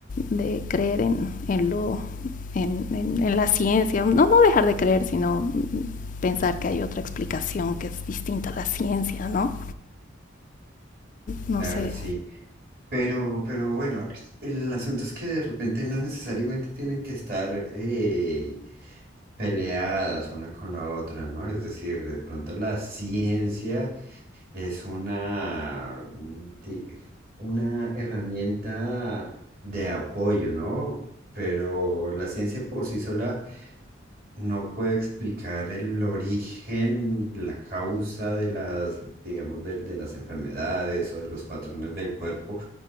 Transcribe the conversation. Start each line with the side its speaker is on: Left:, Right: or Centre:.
Left: de creer en, en lo en, en, en, la ciencia, no, no dejar de creer, sino pensar que hay otra explicación que es distinta a la ciencia, ¿no? No
Right: Claro,
Left: sé,
Right: sí. Pero, pero bueno, el asunto es que de repente no necesariamente tienen que estar eh, peleadas una con la otra, ¿no? Es decir, de pronto la ciencia Es una, di- una herramienta de apoyo, ¿no? Pero la ciencia por sí sola no puede explicar el origen, la causa de las, digamos, de, de las enfermedades o de los patrones del cuerpo,